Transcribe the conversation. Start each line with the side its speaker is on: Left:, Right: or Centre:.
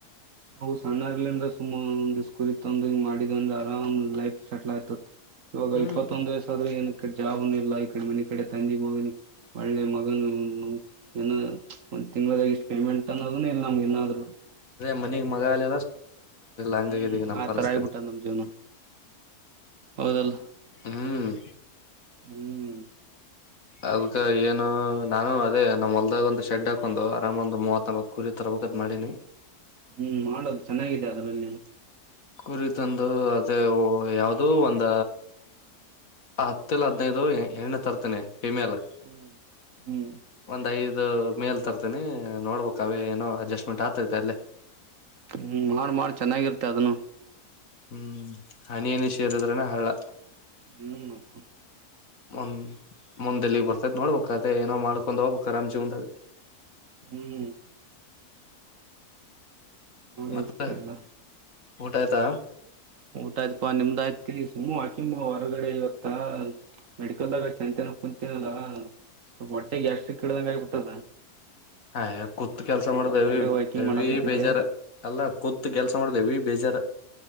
Right: ನಾವು ಸಣ್ಣ ಆಗ್ಲಿಂದ್ರೆ ಸುಮ ಒಂದ್ ಸ್ಕೂಲಿಗ್ ತಂದು ಮಾಡಿದಂದ್ರೆ ಆರಾಮ್ ಲೈಫ್ ಸೆಟ್ಲ್ ಆಯ್ತತಿ ಇವಾಗ
Left: ಹ್ಮ್
Right: ಇಪ್ಪತ್ತೊಂದ್ ವಯಸ್ ಆದ್ರೂ ಏನ್ ಜಾಬುನು ಇಲ್ಲ ಈ ಕಡ್ ಮನಿ ಕಡೆ ತಂದಿ ಮಗನ ಒಳ್ಳೆ ಮಗನ ಏನೊ ಒಂದ್ ತಿಂಗ್ಳದ ಇಷ್ಟ್ ಪೇಮೆಂಟ್ ಅನ್ನೋದುನು ಇಲ್ಲ ನಮ್ಗ್ ಇನ್ನಾದ್ರು
Left: ಮನಿಗ್ ಮಗಾ <unintelligible> <unintelligible> ಅಂಗಾಗದಿಗ
Right: ಹ್ಮ್
Left: ನಮ್
Right: ಆ
Left: ಪರಿಸ್ಥತಿ
Right: ತರ ಆಗ್ಬಿಟ್ಟದ್ ನಮ್ ಜೀವನ ಹೌದಲ್ಲ
Left: <unintelligible>
Right: ಹ್ಮ್
Left: ಅದಕ್ಕ ಏನು ನಾನು ಅದೇ ನಮ್ಮ ಹೊಲ್ದಾಗ ಒಂದು ಶೆಡ್ ಹಾಕೊಂಡು ಆರಾಮ್ ಒಂದು ಮೂವತ್ ನಲ್ವತ್ ಕುರಿ ತರ್ಬೇಕತ್ ಮಾಡಿನಿ
Right: ಹ್ಮ್ ಮಾಡದು ಚೆನ್ನಾಗಿದೆ ಅದ್ರಲ್ಲಿ
Left: ಕುರಿ ತಂದು ಅದೇ ಯಾವ್ದೂ ಒಂದ ಹತ್ತಿಲ್ಲ ಹದ್ನೈದು ಹೆಣ್ಣೆ ತರ್ತೇನೆ ಫೀಮೇಲೂ
Right: ಹ್ಮ್ ಹ್ಮ್
Left: ಒಂದ್ ಐದು ಅದು ಮೇಲ್ ತರ್ತನಿ ನೋಡ್ಬೇಕ ಅವೇ ಏನೋ ಅಡ್ಜಸ್ಟ್ಮೆಂಟ್ ಆತೈತೆ ಅಲ್ಲೇ
Right: ಹ್ಮ್ ಮಾಡ್ ಮಾಡ್ ಚೆನ್ನಾಗಿರ್ತೆ ಅದುನು
Left: ಹ್ಮ್ ಹನಿ ಹನಿ ಸೇರಿದ್ರೆನೆ ಹಳ್ಳ
Right: ಹ್ಮ್ ಮತ್ತ
Left: ಒಂದ್ ಮುಂದ್ ಎಲ್ಲಿಗ್ ಬರ್ತೈತಿ ನೋಡ್ಬಕು, ಅದೇ ಏನೋ ಮಾಡ್ಕೊಂಡ್ ಹೋಗ್ಬೇಕ್ ಆರಾಮ್ ಜೀವನ್ದಾಗ
Right: ಹ್ಮ್ <unintelligible>
Left: ಮತ್ತ ಊಟ ಆಯ್ತಾ
Right: ಊಟ ಆಯ್ತ್ಪಾ ನಿಮ್ದ್ ಆಯ್ತಿ ಸುಮ್ಮ್ ಹಾಕಿಂಬ ಹೊರಗಡೆ ಇವತ್ತ ಮೆಡಿಕಲ್ದಾಗ ಚಂತನ ಕುಂತನಲ್ಲ ಸೊಲ್ಪ್ ಹೊಟ್ಟೆ ಗ್ಯಾಸ್ಟಿಕ್ ಕಟ್ದಂಗ್ ಟದ
Left: ಹಾ ಕೂತ್ ಕೆಲ್ಸ ಮಾಡೋದ್
Right: ವಾಕಿಂಗ್
Left: ಎವಿ
Right: ಮಾಡಾಕತ್ತಿದ್ದೆ
Left: ಬೇಜಾರ ಅಲ್ಲ ಕೂತ್ ಕೆಲ್ಸ ಮಾಡದ್ ಎವಿ ಬೇಜಾರ